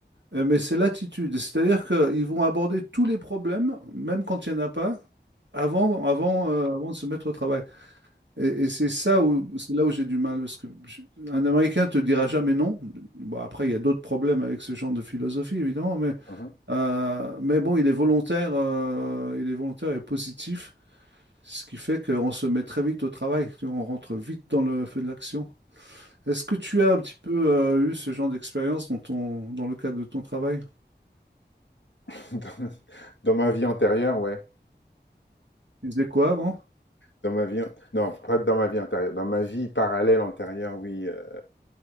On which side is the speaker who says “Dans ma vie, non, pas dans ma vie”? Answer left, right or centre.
Left